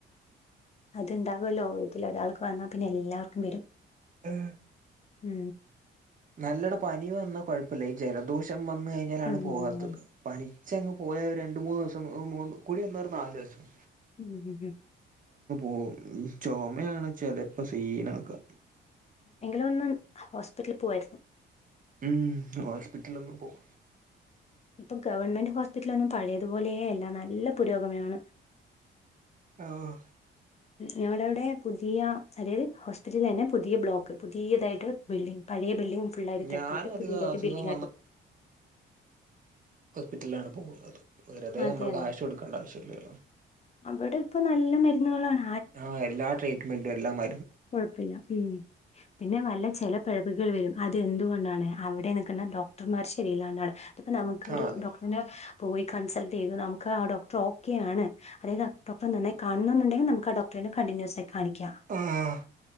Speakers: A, on the left (about 35°); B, on the right (about 40°).
A: അത്ണ്ടാകുല്ലോ ഇതിലൊരാൾക്ക് വന്നാ പിന്നെ എല്ലാവർക്കും വെരും.
B: ഹേഹ്
A: മ്
B: നല്ലട പനി വന്നാ കൊഴപ്പില്ല ഈ ജലദോഷം വന്ന് കഴിഞ്ഞാലാണ്
A: ആഹ്
B: പോവാത്തത് പനിച്ചങ്ങ് പോയ മൂന്ന് ദിവസം മൂന്ന് കൂടി വന്നാ ഒര് നാല് ദിവസം
A: <unintelligible>
B: ഓ ചൊമയാണ് ചെലപ്പോ സീനാക്കാ
A: എങ്കിലും ഒന്ന് ഹോസ്പിറ്റലില് പോവാര്ന്നു.
B: മ് ഹോസ്പിറ്റലിലൊന്നും പോക
A: ഇപ്പൊ ഗവൺമെന്റ് ഹോസ്പിറ്റലൊന്നും പഴയതുപോലേയല്ല നല്ല പുരോഗമനമാണ്.
B: ആഹ്
A: ഞങ്ങളവടെ പുതിയ അതായത് ഹോസ്പിറ്റലെന്നെ പുതിയ ബ്ലോക്ക് പുതിയതായിട്ട് ബിൽഡിംഗ് പഴയ ബിൽഡിംഗ് ഫൾായി തട്ടിട്ട്
B: ഞാനും അധികം
A: പുതിയതായിട്ട്
B: അസുഖം
A: ബിൽഡിംഗ ആക്ക <unintelligible>
B: ഹോസ്പിറ്റലില ആണ് പോകുന്നത് വെറുതെ
A: അതെ
B: നമ്മള്
A: അതെ
B: കാശ് കൊടുക്കേണ്ട ആവശ്യല്ലേല്ലോ
A: അവിടെ ഇപ്പൊ നല്ല മരുന്നുകളാണ്
B: ആഹ എല്ലാ ട്രീറ്റ്മെന്റും എല്ലാ മ
A: കുഴപ്പില്ല ഉ പിന്നെ നല്ല ചില പിഴപ്പികൾ വരും അതെന്തുകൊണ്ടാണ് അവിടെന്ഡോക്ടർമാര് ശരിയല്ലണ്ടാണ് ഇപ്പ നമുക്ക്
B: ആഹ്
A: ഒരു
B: അതെ
A: ഡോക്ടറിന്റെ പോയി കൺസൾട്ട് ചെയ്തു നമുക്ക് ആ ഡോക്ടർ ഓക്കെയ ആാണ് അതായത് ഡോക്ടറെ നന്നായി കാണുന്നുണ്ടെങ്കിൽ നമുക്ക് ആ ഡോക്ടറെട് കണ്ടിന്യൂസ് ആയി കാണിക്കാം
B: ആഹ്